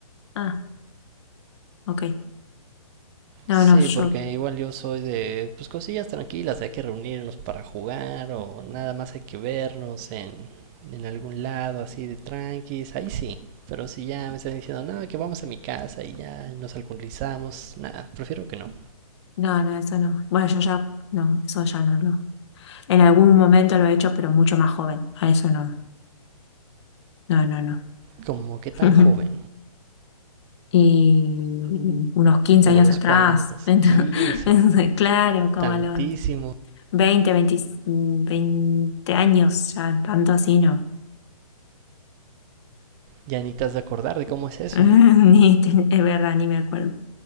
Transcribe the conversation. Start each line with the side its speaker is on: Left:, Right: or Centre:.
Left: Ah, ok. No,
Right: Sí,
Left: no, yo,
Right: porque igual yo soy de, pues cosillas tranquilas, hay que reunirnos para jugar o nada más hay que vernos en, en algún lado así de tranquis, ahí sí. Pero si ya me están diciendo, no, que vamos a mi casa y ya nos alcoholizamos, nada, prefiero que no.
Left: no, no, eso no. Bueno, yo ya, no, eso ya no lo. En algún momento lo he hecho, pero mucho más joven. A eso no, no, no, no.
Right: Como que
Left: <laughs>
Right: tan joven,
Left: Y unos 15
Right: como
Left: años
Right: los
Left: atrás,
Right: cuantos,
Left: <laughs> entonces,
Right: 15,
Left: claro, como
Right: tantísimo,
Left: a los veinte, veinte, veinte años, ya tanto así no.
Right: ya ni te has de acordar de cómo es
Left: <laughs>
Right: eso.
Left: Ni, te- es verdad, ni me acuerdo.